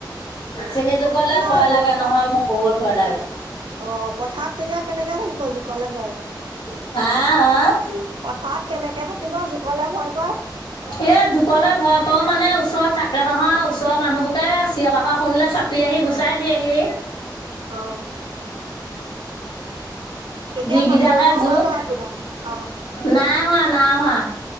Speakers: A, on the left; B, on the right.
A: চিনিজোকলে
B: নহয়
A: ভয়
B: জোকা
A: লাগে নহয় মোৰ বহুত ভয় লাগে।
B: অ' পথাৰত তেতিয়া কেনেকে থাকিব জোকলে ভয়কৰে।
A: আহ, আহ।
B: পথাৰত কেনেকে থাকিব জোকলে ভয় কৰে।
A: এই জোকলে ভয় কৰোঁ মানে ওচৰত থাকে নহয়। ওচৰৰ মানুহবোৰকে চিঞৰ বাখৰ শুনিলে চাপি আহি গুচাই দিয়েহি।
B: অ'। তেতিয়া
A: যিকেইডালহে
B: মাটি ৰুব হোৱা
A: জোক
B: নাই আপোনাৰ অ'।
A: নাই হোৱা, নাই হোৱা,